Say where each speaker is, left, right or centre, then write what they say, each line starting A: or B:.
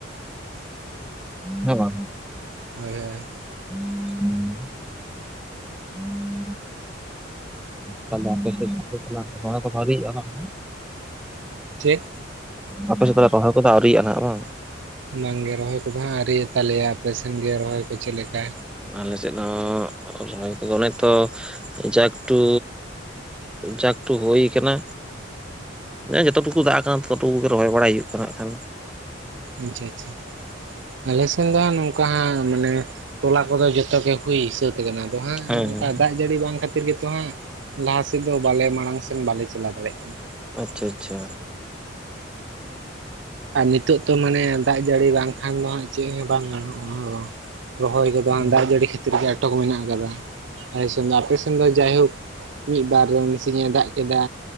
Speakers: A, in the centre; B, on the right.
A: ᱦᱮᱸ ᱵᱟᱝ
B: ᱦᱳᱭ ᱦᱳᱭ
A: <unintelligible> ᱛᱟᱦᱞᱮ ᱟᱯᱮ ᱥᱮᱫ ᱟᱯᱮ ᱦᱚᱲ ᱠᱚ ᱵᱷᱟᱜᱤᱭᱮᱜᱼᱟ ᱵᱟᱝ?
B: ᱪᱮᱫ
A: ᱟᱯᱮ ᱥᱮᱫ ᱨᱚᱦᱚᱭ ᱠᱚᱫᱚ ᱟᱹᱣᱨᱤᱭᱟ-ᱟ ᱱᱟᱜ ᱵᱟᱝ?
B: ᱵᱟᱝ ᱜᱮ ᱨᱚᱦᱚᱭ ᱠᱚᱫᱚ ᱦᱟᱸᱜ ᱟᱹᱣᱨᱤ ᱛᱟᱞᱮᱭᱟ ᱟᱯᱮ ᱥᱮᱱ ᱜᱮ ᱨᱚᱦᱚᱭ ᱠᱚ ᱪᱮᱫ ᱞᱮᱠᱟ?
A: ᱟᱞᱮ ᱥᱮᱫ ᱦᱚᱸ ᱨᱚᱦᱚᱭ ᱠᱚᱫᱚ ᱚᱱᱮ ᱛᱚ ᱡᱟ ᱮᱠᱴᱩ ᱡᱟᱠᱴᱩ ᱦᱩᱭ ᱠᱟᱱᱟ ᱡᱚᱛ ᱴᱩᱠᱩ ᱫᱟᱜ ᱠᱟᱱᱟ ᱛᱚᱛᱚ ᱴᱩᱠᱩᱜᱮ ᱨᱚᱦᱚᱭ ᱵᱟᱲᱟᱭ ᱦᱩᱭᱩᱜ ᱠᱟᱱᱟ ᱦᱟᱜ ᱠᱷᱟᱱ,
B: ᱟᱪᱪᱷᱟ ᱟᱪᱪᱷᱟ ᱟᱞᱮᱥᱱ ᱫᱚ ᱦᱟᱜ ᱱᱚᱝᱠᱟ ᱦᱟᱸᱜ ᱢᱟᱱᱮ ᱛᱚᱞᱟ ᱠᱚᱫᱚ ᱡᱚᱛᱚ ᱜᱮ ᱦᱩᱭ ᱥᱟᱹᱛ ᱟᱠᱟᱱᱟ ᱟᱫᱚ ᱦᱟᱸᱜ
A: ᱦᱮᱸ
B: ᱱᱚᱝᱠᱟ
A: ᱦᱮᱸ
B: ᱫᱟᱜ ᱡᱟᱹᱲᱤ ᱵᱟᱝ ᱠᱷᱟᱱ ᱠᱷᱟᱹᱛᱤᱨ ᱜᱮᱛᱚ ᱦᱟᱸᱜ ᱞᱟᱦᱟ ᱥᱮᱫ ᱫᱚ ᱵᱟᱞᱮ ᱢᱟᱲᱟᱝ ᱥᱮᱱ ᱵᱟᱞᱮ ᱪᱟᱞᱟᱣ ᱫᱟᱲᱮᱜ ᱠᱟᱱᱟ᱾
A: ᱟᱪᱪᱷᱟ ᱟᱪᱪᱷᱟ
B: ᱟᱨ ᱱᱤᱛᱚᱜ ᱛᱚ ᱢᱟᱱᱮ ᱫᱟᱜ ᱡᱟᱹᱲᱤ ᱵᱟᱝ ᱠᱷᱟᱱ ᱫᱚ ᱦᱟᱜ ᱪᱮᱫ ᱦᱚᱸ ᱵᱟᱝ ᱜᱟᱱᱚᱜ-ᱟ᱾ ᱨᱚᱦᱚᱭ ᱠᱚᱫᱚ ᱦᱟᱸᱜ
A: ᱦᱮᱸ
B: ᱫᱟᱜ ᱡᱟᱹᱲᱤ ᱠᱷᱟᱹᱛᱤᱨ ᱜᱮ ᱟᱴᱚᱠ ᱢᱮᱱᱟ ᱟᱠᱟᱫᱟ ᱟᱞᱮ ᱥᱮᱱ ᱫᱚ, ᱟᱯᱮ ᱥᱮᱱ ᱫᱚ ᱡᱟᱭ ᱦᱳᱠ ᱢᱤᱜ ᱵᱟᱨ ᱫᱚ ᱢᱤᱜ ᱥᱤᱧᱮ ᱫᱟᱜ ᱠᱮᱫᱟ